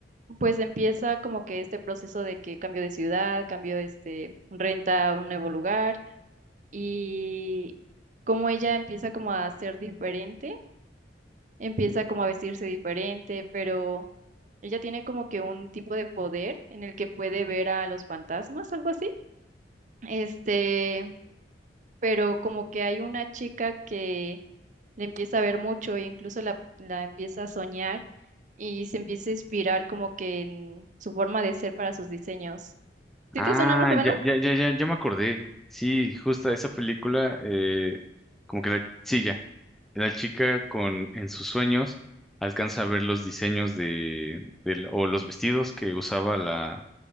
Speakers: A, on the right (about 45°); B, in the centre.
A: pues empieza como que este proceso de que cambio de ciudad, cambio este, renta a un nuevo lugar y como ella empieza como a ser diferente, empieza como a vestirse diferente, pero ella tiene como que un tipo de poder en el que puede ver a los fantasmas, algo así. Este, pero como que hay una chica que le empieza a ver mucho e incluso la, la empieza a soñar y se empieza a inspirar como que en su forma de ser para sus diseños. ¿Sí
B: Ah,
A: te suena más o menos?
B: ya, ya, ya, ya, ya me acordé. Sí, justo esa película, eh, como que la... Sí, ya. La chica con en sus sueños alcanza a ver los diseños de, del- o los vestidos que usaba la,